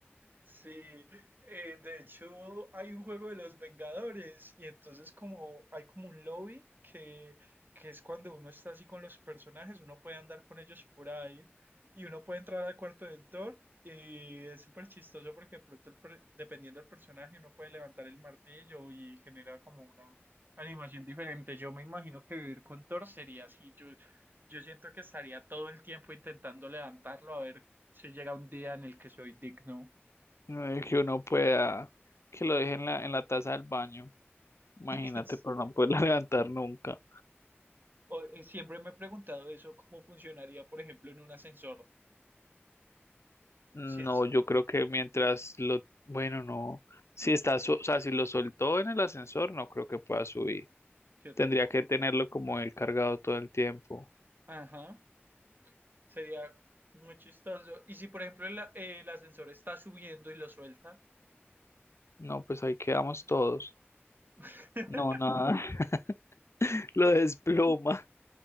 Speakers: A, on the right; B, on the left.
A: Sí, eh, de hecho hay un juego de los Vengadores y entonces como hay como un lobby que, que es cuando uno está así con los personajes, uno puede andar con ellos por ahí y uno puede entrar al cuarto del Thor y es súper chistoso porque de pronto el per- dependiendo del personaje uno puede levantar el martillo y genera como una animación diferente. Yo me imagino que vivir con Thor sería así, yo, yo siento que estaría todo el tiempo intentando levantarlo a ver si llega un día en el que soy digno.
B: No es que uno pueda, que lo deje en la, en la taza del baño, imagínate,
A: Es-
B: pero no poderla <laughs> levantar nunca.
A: o- eh, siempre me he preguntado eso, cómo funcionaría, por ejemplo, en un ascensor.
B: No,
A: Sí, sí,
B: yo creo que mientras lo, bueno, no, si está, su- o sea, si lo soltó en el ascensor, no creo que pueda subir.
A: yo tampoco.
B: Tendría que tenerlo como él cargado todo el tiempo.
A: Ajá, sería muy chistoso. Y si, por ejemplo, el, el ascensor está subiendo y lo suelta,
B: No, pues ahí quedamos todos.
A: <laughs>
B: No, nada, <laughs> lo desploma.